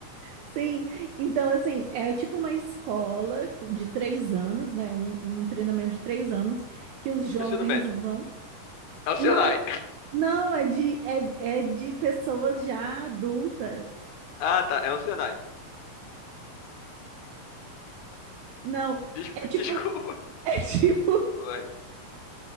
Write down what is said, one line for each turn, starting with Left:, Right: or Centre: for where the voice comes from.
Right: Sim, então assim, é tipo uma escola cu- de três anos, né? Um, um treinamento de três anos que os jovens
Left: Ensino médio.
Right: vão.
Left: É o Senai.
Right: Não,
Left: <laughs>
Right: não, é de, é, é de pessoas já adultas.
Left: Ah, tá. É o Senai.
Right: Não,
Left: Desculpa,
Right: é tipo,
Left: <laughs> desculpa.
Right: <laughs> é tipo,
Left: Desculpa, vai.